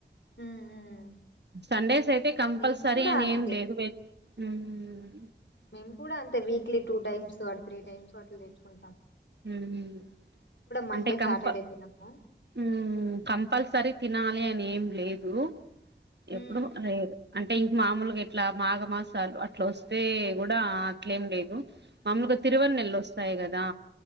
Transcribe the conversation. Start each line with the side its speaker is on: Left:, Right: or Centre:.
Left: ఉమ్
Right: సండేస్ అయితే కంపల్సరీ
Left: మేము కూడా
Right: అని
Left: అంతే
Right: ఏం లేదు. వెజ్ ఉమ్ మ్
Left: మేం కూడా అంతే weekly two times or three times అట్ల తెచ్చుకుం
Right: మ్
Left: మండే
Right: అంటే కంప
Left: సాటర్డే తినము
Right: మ్ కంపల్సరీ తినాలే అని ఏం లేదు ఎప్పుడు
Left: ఉమ్
Right: లేద్ అం అంటే ఇ మామూల్గ ఇట్లా మాఘ మాసాలు అట్లోస్తే గుడా అట్లేం లేదు. మాముల్గ తిరువల్ నెలల్ వస్తాయి కదా